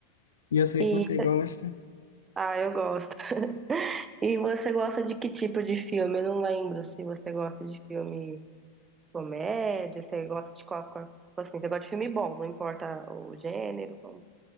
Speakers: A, on the left; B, on the right.
A: E eu sei que
B: E
A: você
B: cê-
A: gosta.
B: ah, eu gosto. <laughs> E você gosta de que tipo de filme? Eu não lembro se você gosta de filme comédia, você gosta de qual, qual- tipo assim, você gosta de filme bom, não importa o gênero, como.